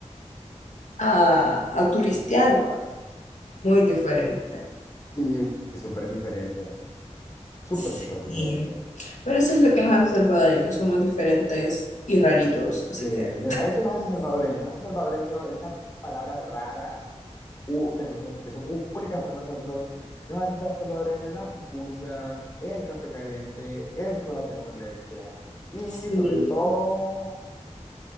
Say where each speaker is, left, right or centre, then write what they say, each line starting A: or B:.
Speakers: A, on the left; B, on the left.
A: a, a turistear, ¿va? Muy diferente.
B: Sí, es súper diferente. Súper,
A: Sí.
B: súper diferente.
A: Pero eso es lo que nos hace salvadoreños, somos diferentes y raritos, así
B: Sí,
A: que
B: mira, eso nos hace salvadoreños. Nos hace salvadoreños estas palabras raras u- que, no son, que son ú- únicas para nosotros. Nos hacen salvadoreños las pupusas, el café caliente, el chocolate con leche y
A: sí.
B: sobre todo